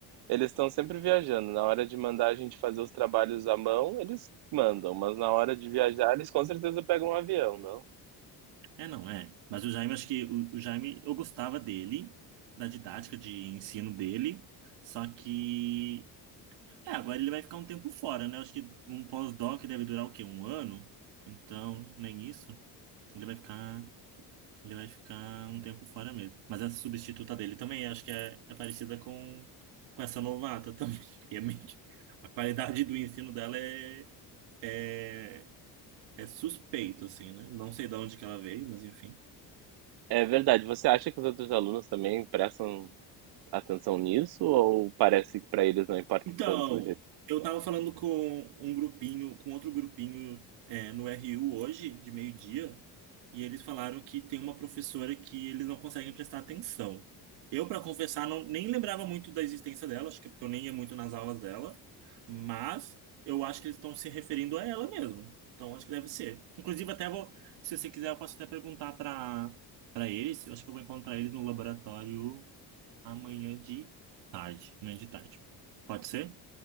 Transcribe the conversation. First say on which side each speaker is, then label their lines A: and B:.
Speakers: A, on the right; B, on the right.
A: Eles estão sempre viajando. Na hora de mandar a gente fazer os trabalhos à mão, eles mandam, mas na hora de viajar, eles com certeza pegam um avião, não?
B: É, não, é. Mas o Jaime, acho que o, o Jaime, eu gostava dele, da didática de ensino dele, só que É, agora ele vai ficar um tempo fora, né? Acho que um pós-doc deve durar o quê? Um ano? Então, nem isso. Ele vai ficar, ele vai ficar um tempo fora mesmo. Mas a substituta dele também acho que é, é parecida com, com essa novata também. <laughs> E é meio que- a qualidade do ensino dela é, é, é suspeito, assim, né? Não sei de onde que ela veio, mas enfim.
A: É verdade. Você acha que os outros alunos também prestam atenção nisso ou parece que para eles não importa
B: Então,
A: tanto o jeito?
B: eu tava falando com um grupinho, com outro grupinho, é, no RU hoje, de meio-dia, e eles falaram que tem uma professora que eles não conseguem prestar atenção. Eu, para confessar, não, nem lembrava muito da existência dela, acho que é porque eu nem ia muito nas aulas dela, mas eu acho que eles estão se referindo a ela mesmo. Então, acho que deve ser. Inclusive, até vou, se você quiser, eu posso até perguntar para para eles. Eu acho que eu vou encontrar eles no laboratório amanhã de tarde, amanhã de tarde. Pode ser?